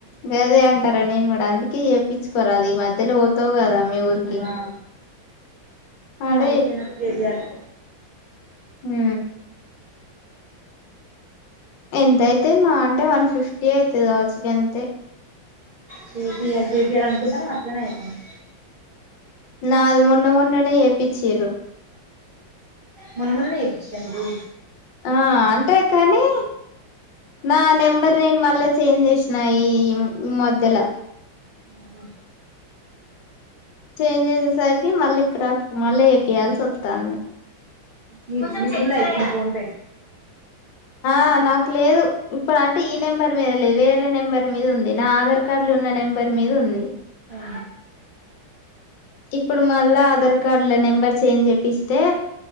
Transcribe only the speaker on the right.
ఆ
మా ఊరు పొయినప్పుడు చేపియాలె
చేపియాలి చేపియ్యాలి అనుకుంటాను అట్లేనే అయితాంది
మొన్న మొన్ననే చేపిచ్చీర మీరు
ఆఓహా
మీకు ఉందా ఇప్పుడు ఫోన్ పే
అ